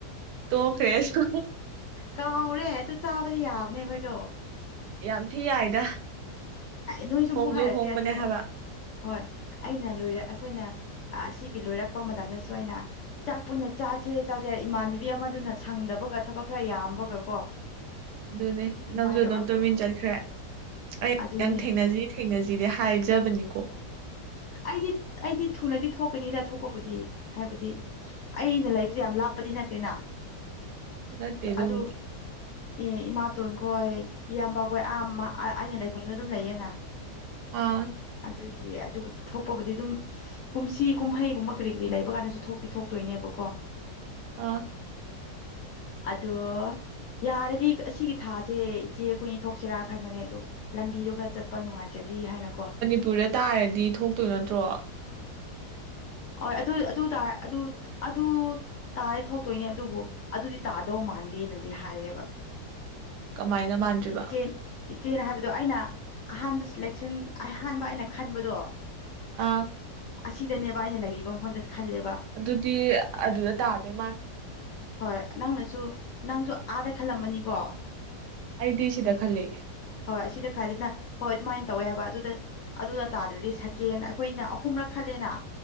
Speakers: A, on the right; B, on the left.
A: ꯇꯣꯈ꯭ꯔꯦꯁ
B: ꯀꯥꯎꯔꯦ ꯑꯗꯨ ꯆꯥꯕꯗꯤ ꯌꯥꯕꯅꯦ ꯑꯩꯈꯣꯏꯗꯣ
A: ꯌꯥꯝ ꯊꯤ ꯌꯥꯏꯗ
B: ꯅꯣꯏꯁꯨ
A: ꯍꯣꯡꯁꯨ
B: ꯑꯃꯨꯛ ꯍꯥꯏꯔꯛꯇꯦ
A: ꯍꯣꯡꯕꯅꯦ
B: ꯑꯗꯨ
A: ꯍꯥꯏꯕ
B: ꯍꯣꯏ ꯑꯩꯅ ꯂꯣꯏꯔ ꯑꯩꯈꯣꯏꯅ ꯑꯁꯤꯒꯤ ꯂꯣꯏꯔꯛꯄ ꯃꯇꯝꯗꯁꯨ ꯑꯩꯅ ꯆꯥꯛ ꯄꯨꯟꯅ ꯆꯥꯥꯁꯦ ꯆꯥꯁꯦ ꯏꯃꯥꯟꯅꯕꯤ ꯑꯃꯗꯨꯅ ꯁꯪꯗꯕꯒ ꯊꯕꯛ ꯈꯔ ꯌꯥꯝꯕꯒ ꯀꯣ
A: ꯑꯗꯨꯅꯦ
B: ꯑꯗꯨꯃꯥꯏꯅ
A: ꯅꯪꯁꯨ ꯑꯗꯨꯝ
B: ꯇꯧꯔꯛꯄ
A: ꯇꯨꯃꯤꯟ ꯆꯠꯈ꯭ꯔꯦ ꯑꯩꯪ
B: ꯑꯗꯨꯅꯦ
A: ꯊꯦꯡꯅꯁꯤ ꯊꯦꯡꯅꯁꯤꯗꯤ ꯍꯥꯏꯖꯕꯅꯤꯀꯣ
B: ꯑꯩꯗꯤ ꯑꯩꯗꯤ ꯊꯨꯅꯗꯤ ꯊꯣꯛꯀꯅꯤꯗ ꯊꯣꯛꯄꯕꯨꯗꯤ ꯍꯥꯏꯕꯗꯤ ꯑꯩꯅ ꯂꯩꯕꯁꯦ ꯌꯥꯝ ꯂꯥꯞꯄꯗꯤ ꯅꯠꯇꯦꯅ
A: ꯅꯠꯇꯦ ꯑꯗꯨꯕꯨꯗꯤ
B: ꯑꯗꯨ ꯑꯦ ꯏꯃꯥꯇꯣꯟ ꯈꯣꯏ ꯏꯌꯥꯝꯕꯈꯣꯏ ꯑꯥ ꯑꯩꯅ ꯂꯩꯐꯝꯅ ꯑꯗꯨꯝ ꯂꯩꯌꯦꯅ
A: ꯑ
B: ꯑꯗꯨꯒꯤ ꯑꯗꯨꯕꯨꯗꯤ ꯊꯣꯛꯄꯕꯨꯗꯤ ꯑꯗꯨꯝ ꯀꯨꯝꯁꯤ ꯀꯨꯝꯍꯩꯒꯨꯝꯕ ꯀꯔꯤ ꯀꯔꯤ ꯂꯩꯕ ꯀꯥꯟꯗꯁꯨ ꯊꯣꯛꯇꯤ ꯊꯣꯛꯇꯣꯏꯅꯦꯕꯀꯣ
A: ꯑ
B: ꯑꯗꯣ ꯌꯥꯔꯗꯤ ꯑꯁꯤꯒꯤ ꯊꯥꯁꯦ ꯏꯆꯦ ꯑꯩꯈꯣꯏꯅꯤ ꯊꯣꯛꯁꯤꯔꯥ ꯈꯟꯕꯅꯦ ꯑꯗꯣ ꯂꯝꯕꯤꯗꯣ ꯈꯔ ꯆ ꯑꯄꯥ ꯅꯨꯡꯉꯥꯏꯖꯦ ꯍꯥꯏꯅꯀꯣ
A: ꯇꯨꯔꯗ ꯇꯥꯔꯗꯤ ꯊꯣꯛꯇꯣꯏ ꯅꯠꯇ꯭ꯔꯣ
B: ꯍꯣꯏ ꯑꯗꯨ ꯑꯗꯨ ꯇꯥꯔꯦ ꯑꯗꯨ ꯑꯗꯨ ꯇꯥꯔꯦ ꯊꯣꯛꯇꯣꯏꯅꯦ ꯑꯗꯨꯕꯨ ꯑꯗꯨꯗꯤ ꯇꯥꯗꯧ ꯃꯥꯟꯗꯦꯅꯗꯤ ꯍꯥꯏꯌꯦꯕ
A: ꯀꯃꯥꯏꯅ ꯃꯥꯟꯗ꯭ꯔꯤꯕ
B: ꯏꯆꯦ ꯏꯆꯦꯅ ꯍꯥꯏꯕꯗꯣ ꯑꯩꯅ ꯑꯍꯥꯟꯕ ꯁꯤꯦꯂꯦꯛꯁꯟ ꯑꯍꯥꯟꯕ ꯑꯩꯅ ꯈꯟꯕꯗꯣ
A: ꯑꯥ
B: ꯑꯁꯤꯗꯅꯦꯕ ꯑꯩꯅ ꯂꯩꯔꯤꯕ ꯃꯐꯝꯗ ꯈꯜꯂꯦꯕ
A: ꯑꯗꯨꯗꯤ ꯑꯗꯨꯗ ꯇꯥꯗꯣꯏ ꯃꯥ
B: ꯍꯣꯏ ꯅꯪꯅꯁꯨ ꯅꯪꯁꯨ ꯑꯥꯗ ꯈꯜꯂꯝꯃꯅꯤꯀꯣ
A: ꯑꯩꯗꯤ ꯁꯤꯗ ꯈꯜꯂꯤ
B: ꯍꯣꯏ ꯑꯁꯤꯗ ꯈꯔꯗꯤꯅ ꯍꯣꯏ ꯑꯗꯨꯃꯥꯏꯅ ꯇꯧꯋꯦ ꯍꯥꯏꯕ ꯑꯗꯨꯗ ꯑꯗꯨꯗ ꯇꯥꯗ꯭ꯔꯗꯤ ꯁꯀꯦꯟ ꯑꯩꯈꯣꯏꯅ ꯑꯍꯨꯝꯔꯛ ꯈꯜꯂꯦꯅ